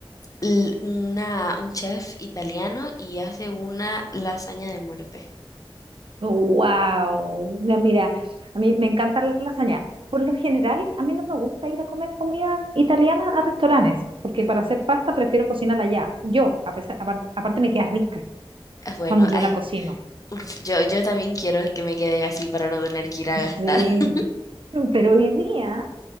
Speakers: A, on the left; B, on the right.
A: l- una, un chef italiano y hace una lasaña de muerte.
B: ¡Wow! Mira, a mí me encanta la lasaña. Por lo general, a mí no me gusta ir a comer comida italiana a restaurantes, porque para hacer pasta prefiero cocinarla allá. Yo, a pesar, apar- aparte me queda rica
A: Ah, Bueno,
B: cuando yo
A: ay,
B: la cocino.
A: uf, yo, yo también quiero que me quede así para no tener que ir a gastar.
B: Sí,
A: <laughs>
B: pero hoy día